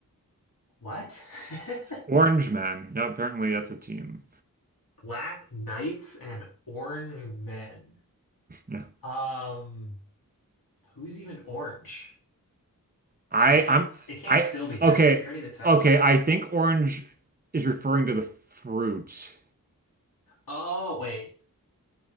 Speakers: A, on the left; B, on the right.
A: What? <laughs>
B: Orange Men. No, apparently that's a team.
A: Black Knights and Orange Men.
B: Yeah.
A: Um, who's even orange?
B: I,
A: It can't.
B: I'm,
A: It can't
B: I,
A: still be Texas.
B: okay.
A: We already did Texas.
B: Okay. I think orange is referring to the fruit.
A: Oh, wait.